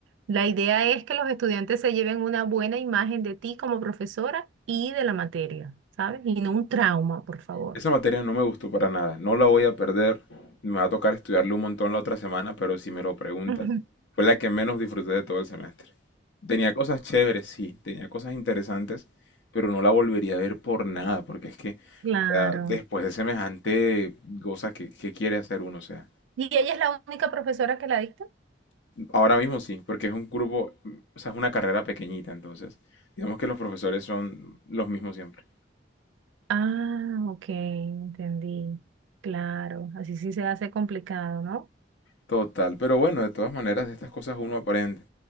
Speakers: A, on the right; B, on the left.
A: la idea es que los estudiantes se lleven una buena imagen de ti como profesora y de la materia, ¿sabes? Y no un trauma, por favor.
B: Esa materia no me gustó para nada, no la voy a perder, me va a tocar estudiarle un montón la otra semana, pero si me lo preguntas,
A: Ujú.
B: fue la que menos disfruté de todo el semestre. Tenía cosas chéveres, sí, tenía cosas interesantes, pero no la volvería a ver por nada, porque es que,
A: Claro.
B: o sea, después de semejante cosa qué que quiere hacer uno, o sea,
A: ¿Y ella es la única profesora que la dicta?
B: ahora mismo sí, porque es un grupo, o sea, es una carrera pequeñita, entonces, digamos que los profesores son los mismos siempre.
A: Ah, ok, entendí. Claro, así sí se hace complicado, ¿no?
B: Total, pero bueno, de todas maneras, de estas cosas uno aprende.